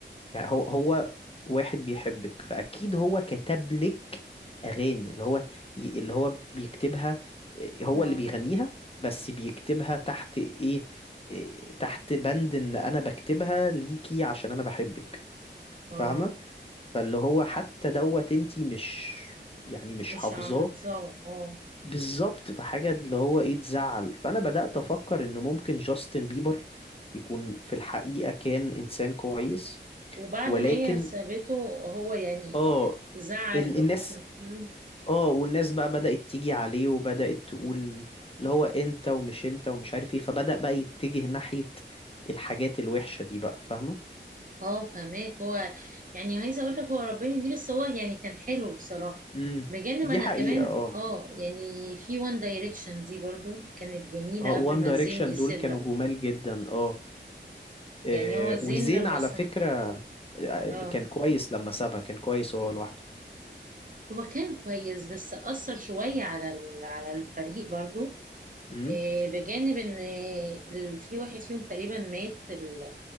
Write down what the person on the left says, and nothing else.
يعني هو هو واحد بيحبك فاكيد هو كتب لك اغاني اللي هو ي- اللي هو بيكتبها إيه، هو
اللي بيغنيها بس بيكتبها تحت ايه إيه، تحت بند ان انا بكتبها ليكي عشان انا بحبك فاهمة
فاللي هو حتى دوت انتي مش يعني مش
حافظاه
بالظبط في حاجة اللي هو ايه تزعل فأنا بدأت أفكر إن ممكن جاستن بيبر يكون في الحقيقة كان إنسان كويس
ولكن
اه
ال- الناس
اه والناس بقى بدأت تيجي عليه وبدأت تقول اللي هو انت ومش انت ومش عارف ايه فبدأ بقى يتجه ناحية الحاجات الوحشة دي بقى فاهمة؟
امم
دي
حقيقة
اه
اه
وان
دايركشن
دول كانوا جمال جدا اه آه،
وزين
على
فكرة آه،
كان كويس لما سابها كان كويس وهو لوحده
امم